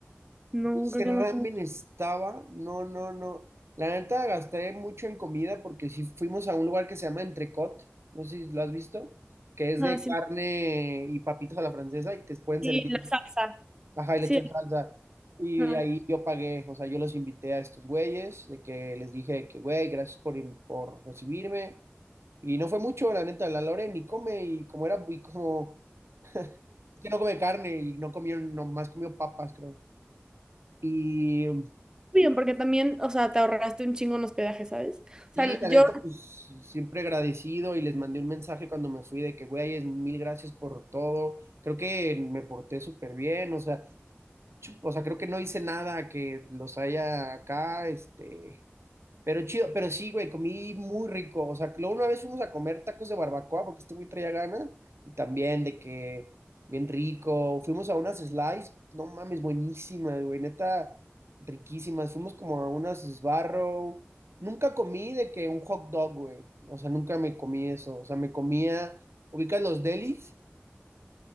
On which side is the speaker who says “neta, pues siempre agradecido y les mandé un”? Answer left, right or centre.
Right